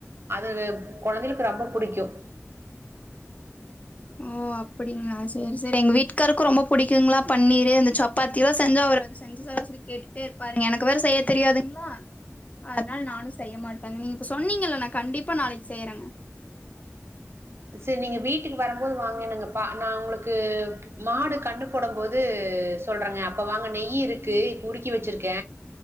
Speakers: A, on the right; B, on the left.
A: அதுவே கொழந்தைகளுக்கு ரொம்ப புடிக்கும்
B: ஓ அப்படிங்ளா சேரி சேரி எங்க வீட்டு்காருக்கும் ரொம்ப புடிக்குங்ளா பன்னீரு இந்த சப்பாத்தில்லா செஞ்சா அவரு வந்து செஞ்சி தா சொல்லி கேட்டுட்டே இருப்பாரு எனக்கு வேற செய்ய தெரியாதுங்ளா அதனால நானும் செய்ய மாட்டேங்க நீங்க இப்ப சொன்னீங்கல்ல நா கண்டிப்பா நாளைக் செய்றங்
A: செர் நீங்க வீட்டுக்கு வரும்போது வாங்க நீங்க பா நா உங்ளுக்கு மாடு கன்னு போடும் போது சொல்றங்க அப்ப வாங்க நெய் இருக்கு இப்ப உருக்கி வெச்சிருக்க